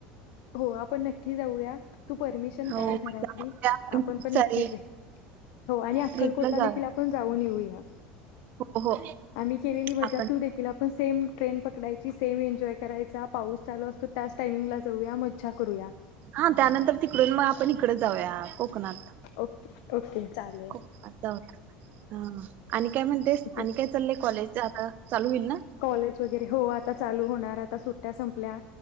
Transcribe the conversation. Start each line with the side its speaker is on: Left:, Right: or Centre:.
Left: हो आपण नक्की जाऊया तू परमिशन
Right: हो
Left: काढं घरातली
Right: म्हणजे
Left: आपण
Right: खूप
Left: पण
Right: सारी
Left: नक्कीच ट्रीप हो आणि अक्कलकोटला
Right: ट्रिपला जाऊ
Left: देखील आपण जाऊन येऊया
Right: हो हो
Left: आम्ही केलेली मजा
Right: आपण
Left: तू देखील आपण सेम ट्रेन पकडायची सेम एन्जॉय करायचा पाऊस चालू असतो त्याचं टायमिंगला जा जायूया मज्जा करूयात
Right: हा त्यानंतर तिकडून मग आपण इकडच जाऊया कोकणात
Left: ओके ओके चालेल
Right: कोकणात जाऊया हा आणि काय म्हणतेस
Left: ओके
Right: आणि काय चाललंय कॉलेज आता चालू होईल ना
Left: कॉलेज वगैरे हो आता चालू होणार आता सुट्ट्या संपल्या